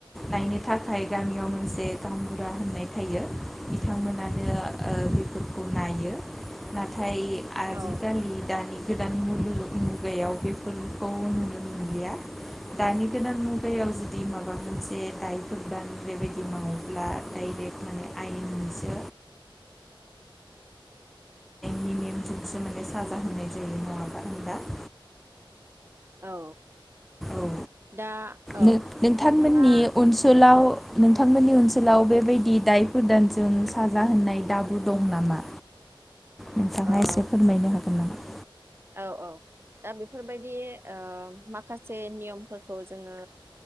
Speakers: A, in the centre; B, on the right.
A: नायनो थाखाय गामियाव मोनसे गांबुरा होननाय थायो। बिथांमोनानो ओ बेफोरखौ नायो ना थाय आजिखालि
B: औ
A: दानि गोदान मुलु मुगायाव बेफोरखौ नुनो मोनलिया दानि गोदान मुगायाव जुदि माबा मोनसे दायफोर दान बेबायदि मावोब्ला डाइरेक्ट माने आयेननिसो निनिम <unintelligible> साजा होननाय जायो नङाबा <unintelligible>
B: औ।
A: औ
B: दा औ
A: नो-नोंथांमोननि
B: नोंथाङा
A: ओनसोलाव नोंथांमोननि ओनसोलाव बेबायदि दायफोरदानजों साजा होननाय दाबु दं नामा? नोंथाङा
B: ओ
A: एसे फोरमायनो हागोन नामा
B: औ औ दा बेफोरबायदि ओह माखासे नियमफोरखौ जोङो